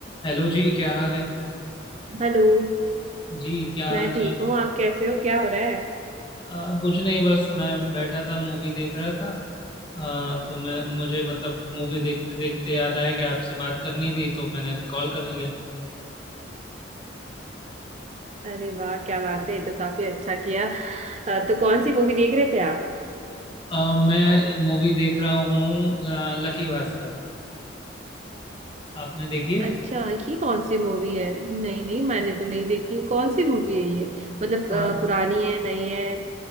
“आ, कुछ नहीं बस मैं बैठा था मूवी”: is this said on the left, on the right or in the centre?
Left